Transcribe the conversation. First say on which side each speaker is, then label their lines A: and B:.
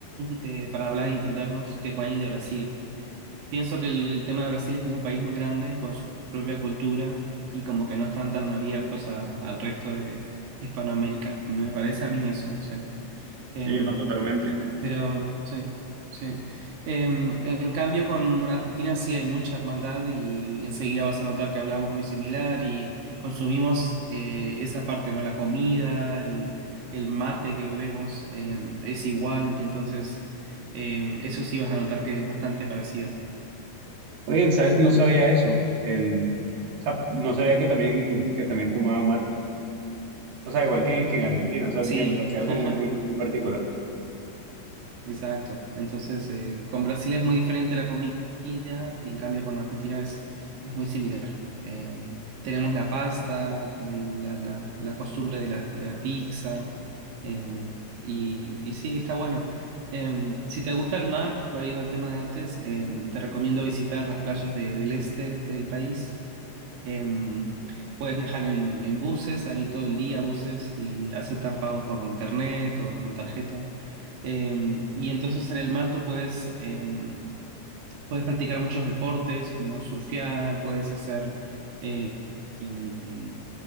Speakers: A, on the right; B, on the right.
A: de- para hablar y entendernos que con alguien de Brasil. Pienso que el, el tema de Brasil es que es un país muy grande, con su propia cultura, y como que no están tan abiertos a- al resto de, de Hispanoamérica. Me parece a mí eso, no sé. Em,
B: Sí, no, totalmente.
A: pero sí, sí. Em, en cambio, con Argentina sí hay mucha hermandad y, enseguida vas a notar que hablamos muy similar y consumimos eh, esa parte, ¿no? La comida, el, el mate que bebemos, em, es igual, entonces em, eso sí vas a notar que es bastante parecido.
B: Oye, ¿sabes que no sabía eso? El, o sea, no sabía que también, que también tomaba mate. O sea, igual que en, que en Argentina, o sea,
A: Sí,
B: me me parecía
A: <laughs>
B: algo muy, muy particular.
A: exacto. Entonces, eh, con Brasil es muy diferente la comida, en cambio con Argentina es, es muy similar. Eh, tenemos la pasta, de la, la- la costumbre de la, de la pizza, eh, y, y sí, está bueno. Eh, si te gusta el mar, volviendo al tema de antes, eh, te recomiendo visitar las playas de- del este del país. Em, puedes viajar en, en buses, ahí todo el día buses y aceptan pagos por internet o con tarjeta. Em, y entonces en el mar tú puedes, em, puedes practicar muchos deportes como surfear, puedes hacer... eh, em,